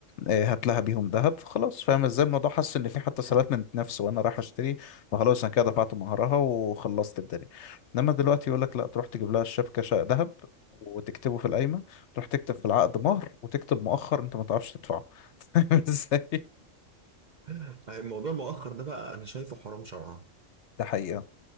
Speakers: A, on the left; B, on the right.
A: آه، هات لها بيهم ذهب خلاص فاهم ازاي الموضوع حاسس ان في حتى سلات من نفسه وانا رايح اشتري فخلاص انا كده دفعت مهرها وخلصت الدنيا انما دلوقتي يقول لك لا تروح تجيب لها الشبكه شقه ذهب وتكتبه في القايمه تروح تكتب في العقد مهر وتكتب مؤخر انت ما تعرفش تدفعه <laughs> فاهم ازاي
B: <laughs> الموضوع المؤخر ده بقى أنا شايفه حرام شرعا
A: ده حقيقه